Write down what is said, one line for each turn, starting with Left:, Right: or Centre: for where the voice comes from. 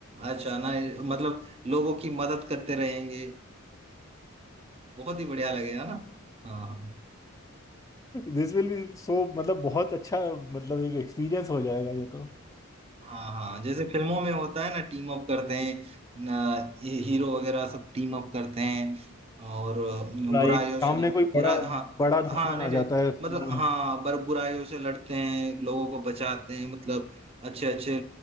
Right: अच्छा ना मतलब लोगों की मदद करते रहेंगे बहुत ही बढ़िया लगेगा ना हाँ हाँ
Left: दिस विल बी सो <laughs> मतलब बहुत अच्छा मतलब एक एक्सपीरियंस हो जाएगा ये तो
Right: हाँ हाँ जैसे फिल्मों में होता है ना टीम अप करते हैं ना ये हीरो वगैरह सब टीम अप करते हैं और अ,
Left: राइट
Right: बुराइयों
Left: सामने
Right: से
Left: कोई
Right: बुरा
Left: बड़ा
Right: हाँ
Left: बड़ा दुश्मन
Right: हाँ नहीं
Left: आ
Right: नहीं
Left: जाता है सामने
Right: मतलब हाँ बर बुराइयों से लड़ते हैं लोगों को बचाते हैं मतलब अच्छे अच्छे